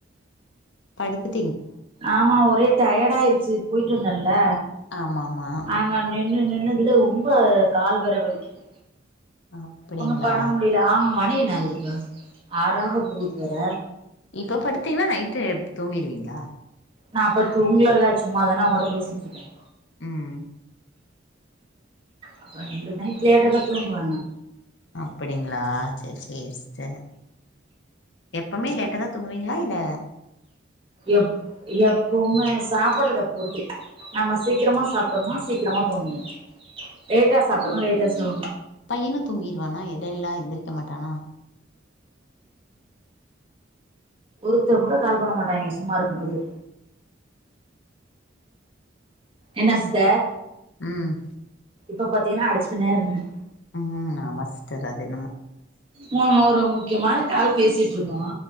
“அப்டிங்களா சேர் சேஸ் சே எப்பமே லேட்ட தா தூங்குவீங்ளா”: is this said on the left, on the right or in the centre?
Left